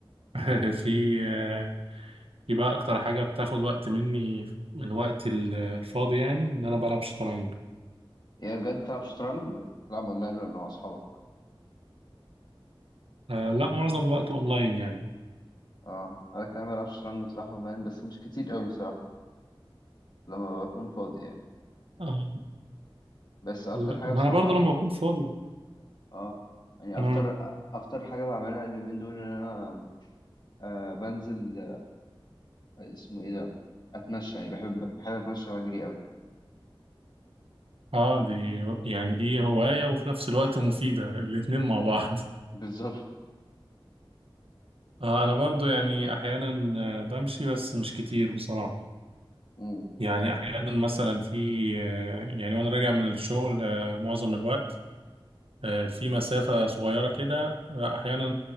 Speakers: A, on the right (about 85°); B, on the left (about 50°).
A: <laughs> في آه، في بقى اكتر حاجة بتاخد وقت مني من وقت ال- الفاضي يعني ان انا بلعب شطرنج
B: يعني بجد بتلعب شطرنج؟ بتلعب أونلاين ولا مع أصحابك؟
A: آه، لا معظم الوقت اونلاين يعني
B: أه أنا كمان بلعب شطرنج بصراحة أونلاين بس مش كتير قوي بصراحة لما بكون فاضي يعني
A: آه،
B: بس أكتر
A: لا،
B: حاجة
A: ما
B: بصراحة
A: انا برضه لما بكون فاضي
B: أه يعني أكتر
A: آه.
B: أكتر حاجة بعملها اليومين دول إن أنا أه بنزل آه، اسمه إيه ده؟ أتمشى يعني بحب بحب أتمشى وأجري قوي
A: اه دي يعني دي هواية وفي نفس الوقت مفيدة الاتنين مع بعض <laughs>
B: بالظبط
A: آه انا برضو يعني احيانا آه، بمشي بس مش كتير بصراحة
B: مم.
A: يعني احيانا مثلا في آه، يعني وانا راجع من الشغل آه، معظم الوقت آه، في مسافة صغيرة كده آه، احيانا